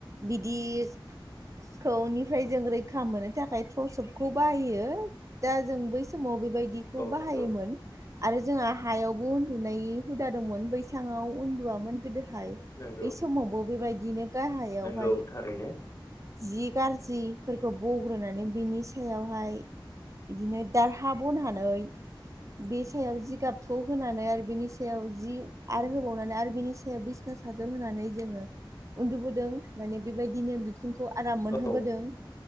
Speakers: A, on the right; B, on the left.
A: बिदिखौनिफ्राय जों रैखा मोननो थाखाय थसबखौ बाहायो दा जों बै समाव बेबायदिखौ बाहायोमोन।
B: नंगौ
A: आरो जोंहा हायावबो उन्दुनाय हुदा दंमोन बैसाङाव उन्दुआमोन गोदोहाय।
B: नंगौ
A: बे समावबो बेबायदिनो गाहायावहाय
B: नंगौ थारैनो
A: जि गाज्रिफोरखौ बग्रोनानै बिनि सायावहाय बिदिनो दारहा बनानै बे सायाव जिगाबखौ होनानै आरो बेनि सायाव जि आरो होबावनानै आरो बिनि सायाव बिसना सा होनानै जोङो उन्दुबोदों माने बेबायदिनो बिखुंखौ आराम मोनहोबोदों।
B: औ